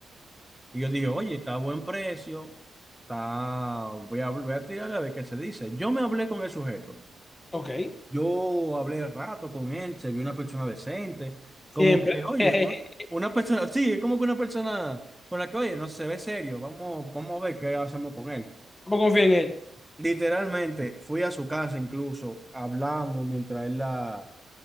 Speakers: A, in the centre; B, on the left.
A: Y yo dije, oye, está a buen precio, está... voy a, voy a tirarle a ver qué se dice. Yo me hablé con el sujeto.
B: ok.
A: Yo hablé rato con él, se vio una persona decente,
B: Siempre.
A: como que, oye,
B: <laughs>
A: una una persona, sí, es como que una persona con la que, oye, no se ve serio, vamos, vamos a ver qué hacemos con él.
B: ¿Cómo confía en él?
A: Literalmente, fui a su casa incluso, hablamos mientras él la